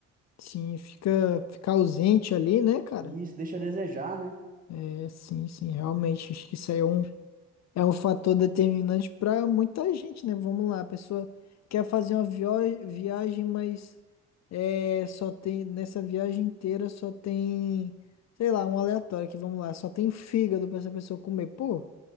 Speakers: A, on the left; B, on the right.
A: sim, fica, fica ausente ali, né, cara?
B: E isso deixa a desejar, né?
A: É, sim, sim, realmente, acho que isso aí é um. É um fator determinante para muita gente, né? Vamos lá, a pessoa quer fazer uma vio- viagem, mas é, só tem nessa viagem inteira só tem, sei lá, um aleatório que vamos lá, só tem fígado para essa pessoa comer. Pô,